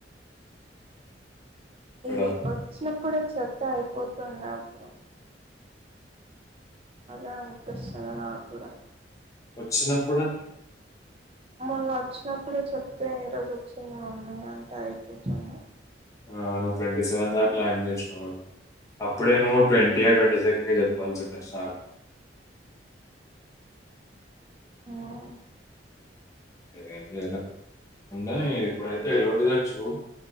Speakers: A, on the left; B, on the right.
A: ఇక్కడ
B: ఈ వచ్చినప్పుడు చెప్తే అయిపోతున్న అప్పుడు అదే అనిపిస్తుంది నాక్కూడా
A: వచ్చినప్పుడా
B: మొన్న వచ్చినప్పుడే చెప్తే ఈ రోజు వచ్చింది మమ్మీ అంటే అయిపోతుంది
A: అవును ట్వంటీ సెవెన్ దాక లాక్ చేసినా ఇప్పుడేను ట్వంటీ ఆర్ ట్వంటీ సెకండ్ కి చెప్పాల్సి నా <unintelligible>
B: హ్మ్
A: మేమేం చేయలేం ఉండనీ ఇప్పుడైతే ఎల్లుండేదో చూడు